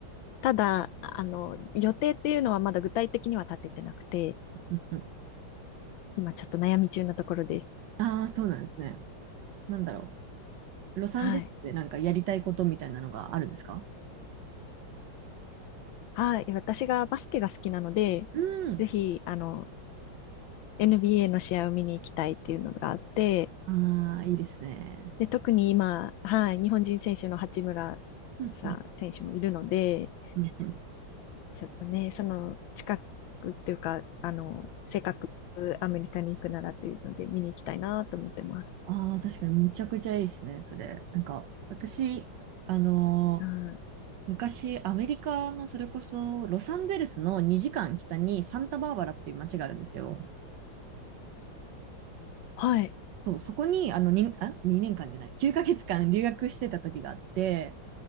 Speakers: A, on the left; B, on the right.
A: ただ、あの、予定っていうのはまだ具体的には立ててなくて、
B: うんうん
A: 今ちょっと悩み中なところです。
B: ああー、そうなんですね。なんだろう。ロサンゼルスでなんかやりたいことみたいなのがあるんですか
A: はい。はい。私がバスケが好きなので、
B: うん。
A: ぜひ、あの、NBA の試合を見に行きたいっていうのがあって、
B: ああ、いいですね。
A: で、特に今、はい、日本人選手の八村さん選手もいるので、
B: うんうんうんうん。
A: ちょっとね、その近くっていうか、あの、せっかくアメリカに行くならというので見に行きたいなと思ってます。
B: ああ、確かにむちゃくちゃいいですね、それ。なんか、私、あのー
A: うん、
B: 昔、アメリカのそれこそロサンゼルスの2時間北にサンタバーバラっていう街があるんですよ。
A: はい。
B: そう、そこにあのにあ2年間じゃない、9ヶ月間留学してた時があって、